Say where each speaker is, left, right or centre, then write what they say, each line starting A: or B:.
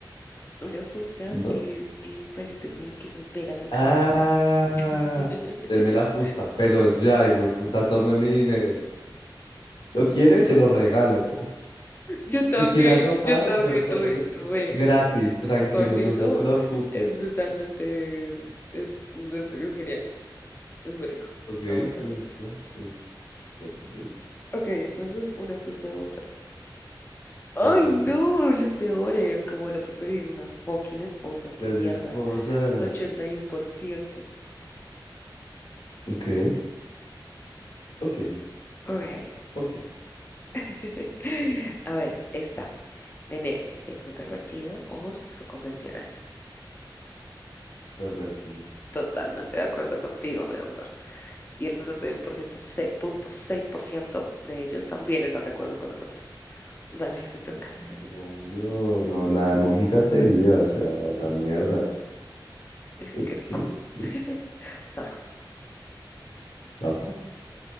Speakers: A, on the left; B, on the left.
A: Una fusta
B: ¿no?
A: es el palito con el que me pegas al caballo.
B: Ah,
A: <laughs>
B: deme la fusta, pero ya, hijo de puta, tome mi dinero. ¿Lo quiere? Se lo regalo. pues.
A: Yo también,
B: ¿Me quiere azotar?
A: yo también,
B: Yo, so-
A: re,
B: so-
A: re.
B: gratis, tranquilo,
A: Con eso
B: no se preocupe.
A: es brutalmente, es, es, es genial, es muy rico.
B: Ok,
A: Aguanta
B: me
A: el resto.
B: gusta, me gusta, bueno, me gusta.
A: Ok, entonces una fusta de montar. Ay,
B: Me encanta.
A: no, los peores. Como van a preferir una fucking esposa? ¡Qué
B: Las
A: mierda!
B: esposas.
A: ochenta y uno por ciento
B: Ok, ok.
A: Ok.
B: Ok,
A: <laughs>
B: te toca.
A: A ver, está.
B: Ujú.
A: Tener sexo pervertido o sexo convencional.
B: Pervertida.
A: Totalmente de acuerdo contigo, mi amor. Y el 61% se- punto 6% de ellos también están de acuerdo con nosotros. Dale,
B: 3%.
A: te toca.
B: No, yo, no, nada de mojigatería, o sea, la mierda.
A: Es que
B: Entonces,
A: qué rico.
B: ¿qué? Listo.
A: <laughs> Safa,
B: Zafa,